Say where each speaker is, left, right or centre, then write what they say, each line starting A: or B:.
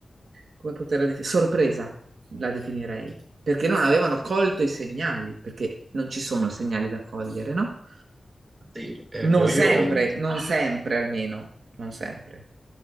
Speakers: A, on the right (about 85°); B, on the right (about 40°).
A: come poterla definire, sorpresa la definirei, perché non avevano colto i segnali, perché non ci sono segnali da cogliere, no?
B: Sì, ecco,
A: Non
B: io
A: sempre, non sempre almeno, non sempre.